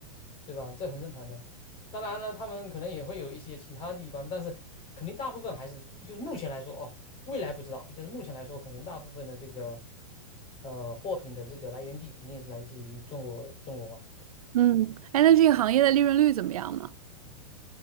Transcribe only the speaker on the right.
嗯，哎，那这个行业的利润率怎么样呢？